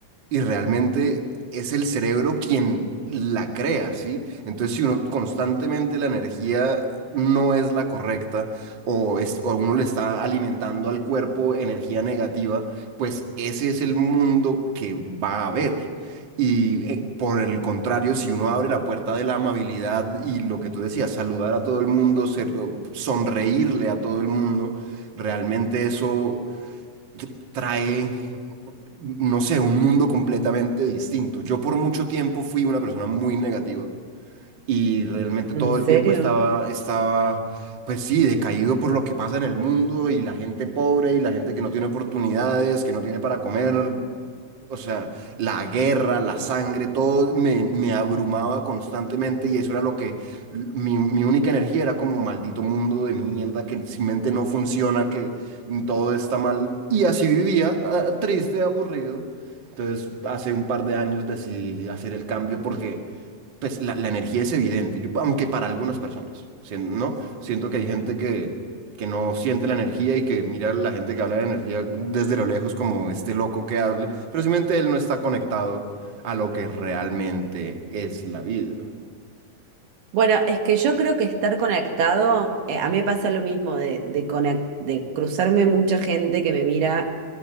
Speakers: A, on the right (about 40°); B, on the right (about 85°).
A: y realmente es el cerebro quien la crea, ¿sí? Entonces, si uno constantemente la energía no es la correcta o, es, o uno le está alimentando al cuerpo energía negativa, pues ese es el mundo que va a haber. Y eh, por el contrario, si uno abre la puerta de la amabilidad y lo que tú decías, saludar a todo el mundo, ser- sonreírle a todo el mundo, realmente eso trae no sé, un mundo completamente distinto. Yo por mucho tiempo fui una persona muy negativa y realmente
B: ¿En
A: todo
B: serio?
A: el tiempo estaba, estaba, pues sí, decaído por lo que pasa en el mundo y la gente pobre y la gente que no tiene oportunidades, que no tiene para comer, o sea, la guerra, la sangre, todo me, me abrumaba constantemente y eso era lo que, mi, mi única energía era como maldito mundo de mierda que sin mente no funciona, que todo está mal y así vivía, ah, triste, aburrido. Entonces, hace un par de años decidí hacer el cambio porque pues la, la energía es evidente, yo- aunque para algunas personas, sien- ¿no? Siento que hay gente que, que no siente la energía y que mira a la gente que habla de energía desde lo lejos como este loco que hable, pero simplemente él no está conectado a lo que realmente es la vida.
B: Bueno, es que yo creo que estar conectado, eh, a mí me pasa lo mismo de, de, conec- de cruzarme mucha gente que me mira